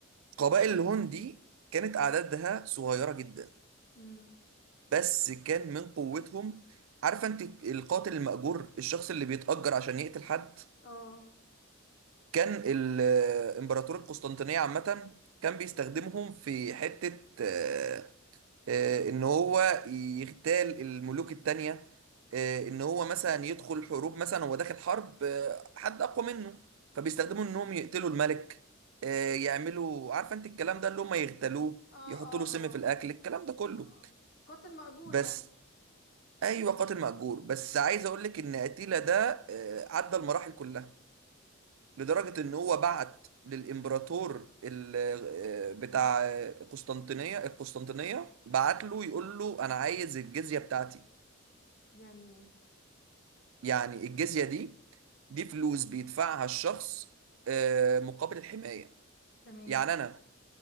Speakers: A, on the right (about 70°); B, on the left (about 55°).
A: قبائل الهون دي كانت أعدادها صغيرة جدا
B: امم
A: بس كان من قوتهم عارفة أنت القاتل المأجور الشخص اللي بيتأجر عشان يقتل حد
B: اه
A: كان ال- إمبراطور القسطنطينية عامة كان بيستخدمهم في حتة آه، آه، ان هو يغتال الملوك التانية آه، ان هو مثلا يدخل حروب مثلا هو داخل حرب آه، حد اقوى منه فبيستخدموا انهم يقتلوا الملك آه، يعملوا عارفه انت الكلام ده اللي هم يغتالوه
B: اه اه
A: يحطوا له سم
B: اه
A: في الاكل الكلام ده كله
B: اه آه. قاتل مأجور
A: بس
B: يعني
A: ايوه قاتل مأجور بس عايز اقول لك ان اتيلا ده آه، عدى المراحل كلها لدرجة إن هو بعت للإمبراطور ال- آه، بتاع قسطنطينية القسطنطينية بعت له يقول له أنا عايز الجزية بتاعتي
B: يعني ايه
A: يعني الجزية دي دي فلوس بيدفعها الشخص آه، مقابل الحماية
B: تمام
A: يعني أنا